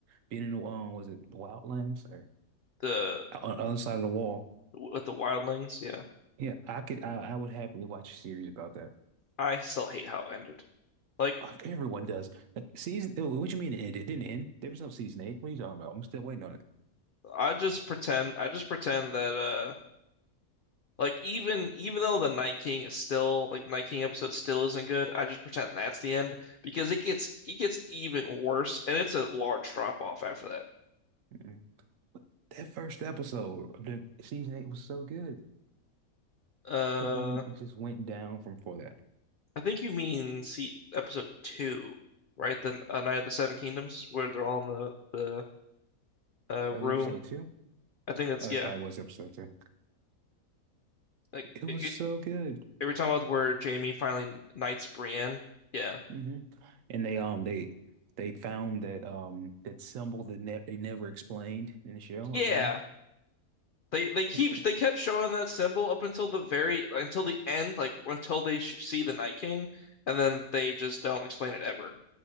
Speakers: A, on the right; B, on the left.
A: being in the um was it Wildlands or
B: the
A: uh, on the other side of the wall.
B: with the wildlings, yeah.
A: Yeah, I could I, I would happily watch a series about that.
B: I still hate how it ended. Like,
A: Uh, Everyone does. Like season, oh, what you mean it ended? It didn't end. There was no season eight. What are you talking about? I'm still waiting on it.
B: I just pretend, I just pretend that uh. Like even even though the Night King is still like Night King episode still isn't good, I just pretend that's the end because it gets it gets even worse and it's a large drop off after that.
A: Mm-hmm. But That first episode of the season eight was so good,
B: Uh,
A: but then it just went down from for that.
B: I think you mean see episode two, right? The uh, Night of the Seven Kingdoms where they're all in the the uh,
A: That
B: room.
A: was episode two.
B: I think that's
A: Oh,
B: yeah.
A: it probably was episode two.
B: Like
A: It was
B: it, it,
A: so good.
B: every time about where Jamie finally knights Brienne. Yeah,
A: hmm And they um they they found that um that symbol that ne they never explained in the show
B: yeah.
A: again.
B: They they keep
A: <laughs>
B: they kept showing that symbol up until the very until the end, like until they sh see the Night King, and then they just don't explain it ever.